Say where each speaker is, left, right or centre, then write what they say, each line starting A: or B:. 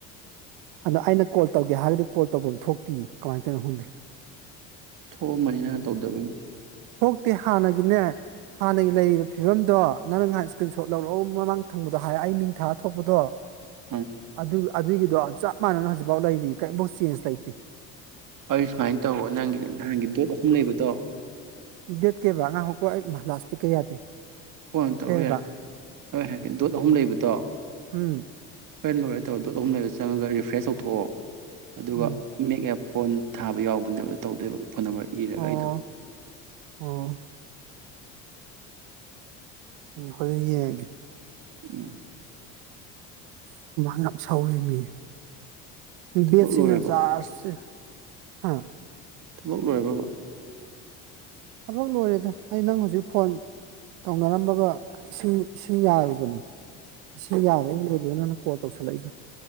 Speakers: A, on the right; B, on the right.
A: ꯑꯗꯣ ꯑꯩꯅ ꯀꯣꯜ ꯇꯧꯒꯦ ꯍꯥꯏꯔꯒꯗꯤ ꯀꯣꯜ ꯇꯧꯕ ꯑꯃ ꯊꯣꯛꯇꯤ ꯀꯃꯥꯏ ꯇꯧꯅꯣ ꯍꯣꯡꯪꯗꯦ
B: ꯊꯣꯛꯑꯝꯃꯅꯤꯅꯪ ꯇꯧꯗꯕꯩꯅꯤ
A: ꯊꯣꯛꯇꯦ ꯍꯥꯟꯅꯒꯤꯅꯦ ꯍꯥꯟꯅꯒꯤ ꯂꯩꯔꯤꯕ ꯐꯤꯕꯝꯗꯣ ꯅꯪ ꯉꯥꯏꯍꯥꯟ ꯏꯁꯀ꯭ꯔꯤꯟ ꯁꯣꯠ ꯂꯧꯔꯣ ꯃꯃꯥꯡ ꯊꯪꯕꯗꯣ ꯍꯥꯏ ꯑꯩ ꯃꯤꯡ ꯊꯥꯔ ꯊꯣꯛꯄꯗꯣ
B: <inaudible>
A: ꯑꯗꯨ ꯑꯗꯨꯒꯤꯗꯣ ꯆꯞ ꯃꯥꯟꯅꯅ ꯍꯧꯖꯤꯐꯥꯎ ꯂꯩꯔꯤ ꯀꯔꯤꯝꯐꯥꯎ ꯆꯦꯟꯖ ꯂꯩꯇꯦ
B: ꯑꯩ ꯁꯨꯃꯥꯏꯅ ꯇꯧꯔꯣ ꯅꯪꯒꯤ ꯅꯍꯥꯟꯒꯤ ꯗꯣꯠ ꯑꯍꯨꯝ ꯂꯩꯕꯗꯣ
A: ꯗꯦꯠ ꯀꯦ ꯕ ꯑꯉꯥꯡꯍꯀꯣ ꯑꯩ ꯂꯥꯁ ꯄꯤꯛ ꯀꯩ ꯌꯥꯗꯦ
B: ꯀꯣꯟ ꯇꯧꯔꯣ
A: ꯀꯩꯕ
B: ꯌꯥꯔꯦ ꯍꯣꯏ ꯍꯥꯏꯔꯒꯦ ꯗꯣꯠ ꯑꯍꯨꯝ ꯂꯩꯕꯗꯣ
A: ꯎꯝ
B: ꯍꯣꯏ ꯂꯣꯏꯔꯦ ꯇꯧꯔ ꯠ ꯑꯍꯨꯝ ꯂꯩꯕꯗ ꯆꯪꯉꯒ ꯔꯤꯐ꯭ꯔꯦꯁ ꯇꯧꯊꯣꯛꯑꯣ ꯑꯗꯨꯒ
A: ꯎꯝ
B: ꯃꯦꯛꯑꯦ ꯐꯣꯟ ꯊꯥꯕ ꯌꯥꯎꯕꯅꯦꯕꯗꯣ ꯇꯧꯗꯣꯏꯕ ꯐꯣꯟ ꯅꯝꯕꯔ ꯏꯔꯒ
A: ꯑꯣ
B: ꯑꯩꯗꯣ
A: ꯑꯣ ꯎꯝ ꯍꯣꯔꯦꯟ ꯌꯦꯡꯉꯒꯦ
B: <unintelligible>
A: ꯁꯨꯃꯥꯡ ꯌꯥꯝ ꯁꯧꯔꯤꯅꯤ
B: ꯊꯕꯛ
A: ꯕꯦꯠꯁꯤꯅ
B: ꯂꯣꯏꯔꯕꯣ
A: ꯆꯖꯥꯔꯖꯁꯦ ꯍꯥ
B: ꯊꯕꯛ ꯂꯣꯏꯔꯕ
A: ꯊꯕꯛ ꯂꯣꯏꯔꯦꯗ ꯑꯩ ꯅꯪ ꯍꯧꯖꯤꯛ ꯐꯣꯟ ꯇꯧꯅꯔꯝꯃꯒ ꯏꯁꯤꯡ ꯏꯁꯤꯡ ꯌꯥꯔꯨꯕꯅꯤ ꯏꯁꯤꯡ ꯌꯥꯔꯦ ꯂꯣꯏꯕꯣꯏꯅ ꯅꯪ ꯀꯣꯜ ꯇꯧꯁꯜꯂꯛꯏꯗꯣ